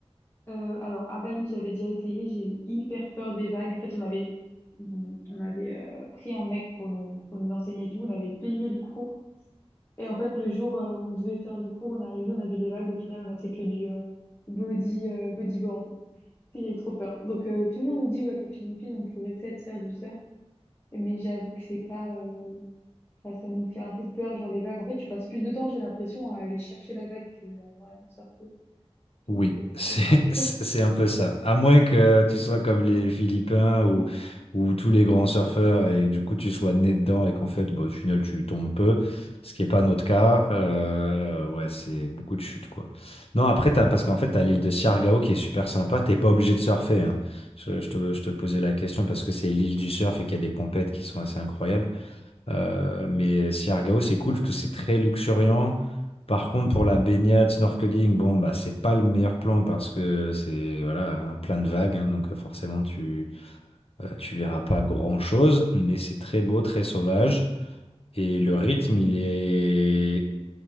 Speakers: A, on the left (about 25°); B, on the left (about 60°).
A: Euh, alors à Bali, j'avais déjà essayé. J'ai eu hyper peur des vagues. En fait, on avait on avait euh, pris un mec pour nous pour nous enseigner et tout. On avait payé le cours. Et en fait, le jour euh, où on devait faire le cours, on est arrivé, on a vu les vagues. Au final, on a fait que du euh, body, euh, bodyboard. Puis J'avais trop peur. Donc, euh, tout le monde nous dit ouais, qu'aux Philippines, on pourrait peut-être faire du surf. Mais j'avoue que c'est pas. euh, enfin, ça nous fait un peu peur, genre les vagues. En fait, tu passes plus de temps, j'ai l'impression, à aller chercher la vague que à vraiment surfer. Donc,
B: Oui,
A: euh,
B: c'est
A: je sais pas.
B: <laughs> c'est un peu ça. À moins que tu sois comme les Philippins ou, ou tous les grands surfeurs et du coup tu sois né dedans et qu'en fait, bon, au final, tu tombes peu, ce qui n'est pas notre cas. Euh, ouais, c'est beaucoup de chutes, quoi. Non, après, t'as, parce qu'en fait, tu as l'île de Siargao qui est super sympa. T'es pas obligé de surfer, hein. Je, je te, je te posais la question parce que c'est l'île du surf et qu'il y a des compètes qui sont assez incroyables. Euh, mais Siargao, c'est cool parce que c'est très luxuriant. Par contre, pour la baignade, snorkeling, bon, bah, c'est pas le meilleur plan parce que c'est voilà, un plein de vagues, hein, donc euh, forcément tu euh, tu verras pas grand-chose, mais c'est très beau, très sauvage et le rythme, il est